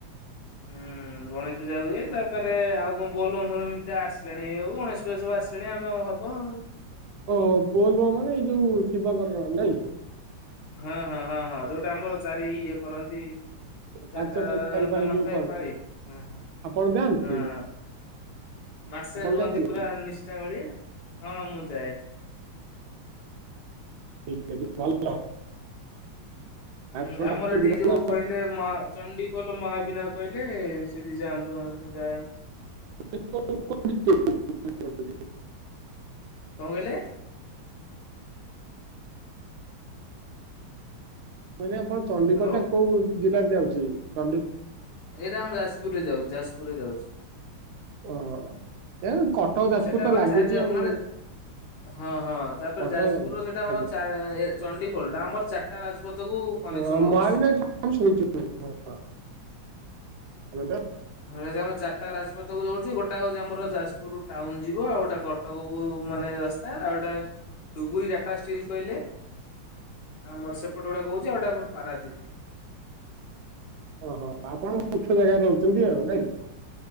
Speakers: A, on the left (about 65°); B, on the right (about 75°).
A: ହୁଁ। ହୁଁ, ଗଣେଶ ପୂଜା ହୁଏ। ତାପରେ ଆଉ କଣ ବୋଲମ ଫୋଲମ ଏଇ ତ ଆସିଲାଣି। ଏଇ ଆଉ ଗଣେଶ ପୂଜା ସବୁ ଆସିଲାଣି ଆମ ହ କଣ?
B: ଓହୋ! ବୋଲବୋମ ମାନେ ଏଇ ଯୋଉ ଶିବଙ୍କର ନାଇଁକି?
A: ହଁ, ହଁ, ହଁ, ହଁ ଯୋଉଟା ଆମର ଚାରି ଇଏ କରନ୍ତି
B: ପାଞ୍ଚ
A: ଚାରିଟା
B: ପାଇଁ ଚାରି ପାଳି
A: ତା ନଥାଏ
B: ଯୋଉ କଣ
A: ପାଳି, ହଁ।
B: ଆପଣ ଯାଆନ୍ତି
A: ମାସେ
B: ଆପଣ
A: ରୁହନ୍ତି
B: ଯାଆନ୍ତି
A: ପୁରା ନିଷ୍ ଟା ଭଳିଆ। ହଁ ମୁଁ ଯାଏ।
B: ଠିକ ଅଛି ଭଲ।
A: ହୁଁ,
B: ଆପଣଙ୍କ
A: ଆମର
B: ପାଖକୁ
A: ଏଠି
B: ଯିବ
A: ଯୋଉ
B: ନା
A: କହିଲେ ମହା ଚଣ୍ଡିଖୋଲ ମହାବିନାୟକ କହିଲେ ସେଠି ଯାଆନ୍ତୁ। ଆମେ ଯାଏ।
B: <inaudible>
A: କଣ କହିଲେ?
B: ମାନେ ଆପଣ ଚଣ୍ଡିଖୋଲ
A: ହ୍ୟାଲୋ
B: ଟା କୋଉ ଜିଲ୍ଲାରେ ଯାଉଚି? ଚଣ୍ଡି
A: ଏଇଟା ଆମ ଯାଜପୁରରେ ଯାଉ, ଯାଜପୁରରେ ଯାଉଛି।
B: ଓହୋ, ଏ କଟକ ଯାଜପୁର
A: ସେଟା
B: ତ
A: ଆମ
B: ଲାଗିଚି
A: ଚାରି
B: ଆଉ।
A: ମାନେ ହଁ, ହଁ ତାପରେ
B: କଟକ
A: ଯାଜପୁର ର ସେଟା
B: ଆଜ୍ଞା
A: ଆମ ଚା-ଏ ଚଣ୍ଡିଖୋଲ ଟା ଆମର ଚାରଟା ରାଜପଥ ଥକୁ କନେକ୍ସନ
B: ହଁ,
A: ହଉଛି।
B: ମହାବିନାୟକ ଠାକୁର ଆମେ ଶୁଣିଛୁ ହଁ, ଆମେ ତ
A: ହେଲେ ଯେ ଆମ ଚାରଟା ରାଜପଥକୁ ଦଉଚି। ଗୋ ଟା ହଉଚି ଆମର ଯାଜପୁର ଟାଉନ୍ ଯିବ। ଆଉ ଗୋଟା କଟକକୁ ମାନେ ରାସ୍ତା। ଆଉ ଗୋଟା ଡୁବୁରି ଡାଟା ଷ୍ଟିଲ୍ କହିଲେ ଆମର ସେପଟେ ଗୋଟେ କହୁଚି। ଆଉ ଏଟା ଆପଣ ପାରାଦୀପ।
B: ଓହୋ! ଆପଣ ମୁଖ୍ୟ ଜାଗାରେ ରହୁଚନ୍ତି ଆଉ ନାଇଁ?